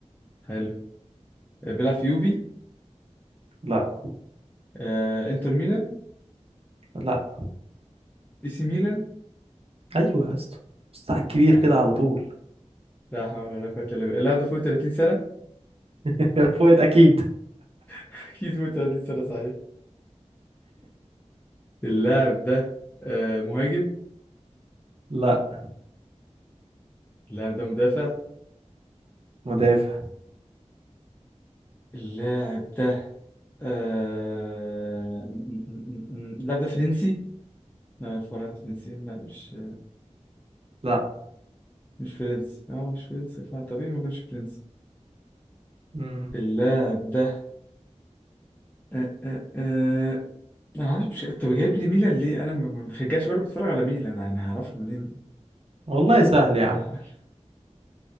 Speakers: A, on the left; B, on the right.
A: حلو آه، بيلعب في يوفي
B: لا
A: آه، انتر ميلان
B: لا
A: اي سي ميلان
B: أيوه يا اسطى بص على الكبير
A: لا
B: كده
A: حول
B: على طول
A: لا حول ولا قوة الا بالله اللاعب ده فوق 30 سنة
B: <laughs> فوت أكيد
A: <laughs> اكيد فوق 30 سنة صحيح اللاعب ده آه، مهاجم
B: لا
A: اللاعب ده مدافع
B: مدافع
A: اللاعب ده آه، م- م- م- م- م- اللاعب ده فرنسي لا الفرنسي فرنسيين لا مش
B: لا
A: مش فرنسي اه مش فرنسي فطبيعي ما يكونش فرنسي
B: مم.
A: اللاعب ده آه، آه، آه، انا عارف مش... طب جايب لي ميلان ليه انا ما ما بشجعش برضه بتفرج على ميلان انا هعرفه منين
B: والله سهل يا عم
A: <laughs>